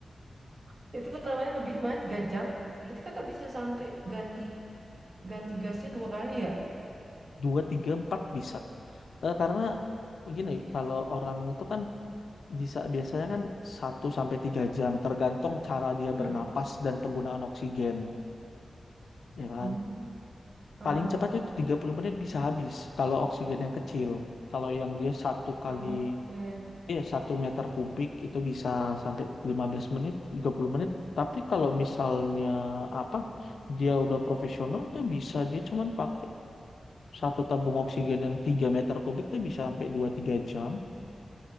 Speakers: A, on the right (about 45°); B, on the left (about 80°).
A: <laughs> itu namanya lebih mah 3 jam. Berarti kakak bisa sampai ganti. Ganti gasnya dua kali ya?
B: Dua, tiga, empat bisa Eh, karena begini,
A: Ih,
B: kalau orang itu kan bisa biasanya kan satu sampai 3 jam tergantung cara dia
A: Mm-mm.
B: bernapas dan penggunaan oksigen, ya kan?
A: Oh, heeh.
B: Paling cepat itu 30 menit bisa habis kalau oksigen yang kecil. Kalau yang dia satu kali
A: Oke.
B: iya satu meter kubik itu bisa sampai 15 menit, 30 menit. Tapi kalau misalnya apa dia udah profesional tuh bisa dia cuman pakai satu tabung oksigen yang 3 meter kubik tuh bisa sampai dua tiga jam